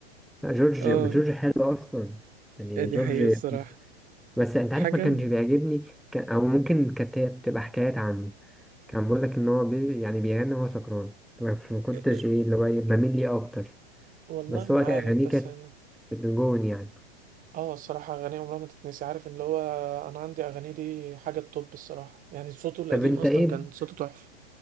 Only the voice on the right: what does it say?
اه
إيه دي
حقيقة الصراحة
حاجة
إيه، إيه،
والله
ما
عارف
بس
أنا
اه الصراحة أغانيه عمرها ما تتنسي عارف اللي هو أنا عندي أغانيه دي حاجة الطب الصراحة يعني صوته القديم
أصلا
كان صوته تحفة